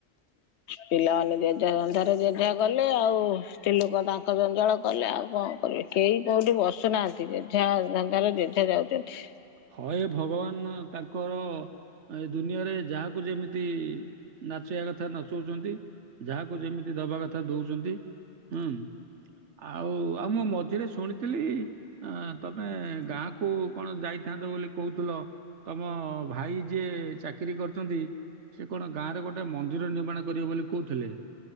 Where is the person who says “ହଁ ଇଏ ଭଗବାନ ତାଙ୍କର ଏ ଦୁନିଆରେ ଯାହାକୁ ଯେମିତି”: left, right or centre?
Right